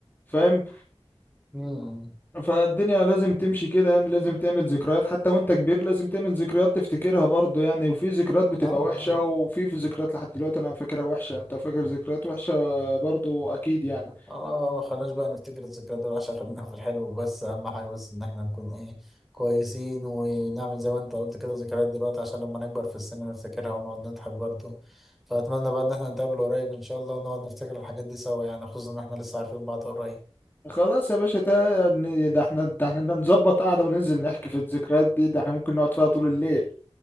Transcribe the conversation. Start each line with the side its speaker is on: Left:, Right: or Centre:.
Left: فاهم
Centre: امم
Left: فالدنيا لازم تمشي كده يعني لازم تعمل ذكريات حتى وانت كبير لازم تعمل ذكريات تفتكرها برضه يعني وفي ذكريات بتبقى
Centre: اه
Left: وحشة
Centre: اه
Left: وفي في ذكريات لحد دلوقتي انا فاكرها وحشة انت فاكر ذكريات وحشة برضه اكيد يعني
Centre: اه آه، آه، ما خلناش بقى نفتكر الذكريات دي عشان خلينا في الحلو بس اهم حاجه بس ان احنا نكون ايه كويسين ونعمل زي ما انت قلت كده ذكريات دلوقتي عشان لما نكبر في السن نفتكرها ونقعد نضحك برضه فاتمنى بقى ان احنا نتقابل قريب ان شاء الله ونقعد نفتكر الحاجات دي سوا يعني خصوصا ان احنا لسه عارفين بعض قريب
Left: خلاص يا باشا ده يعني ده احنا ده احنا نظبط قعدة وننزل نحكي في الذكريات دي ده احنا ممكن نقعد فيها طول الليل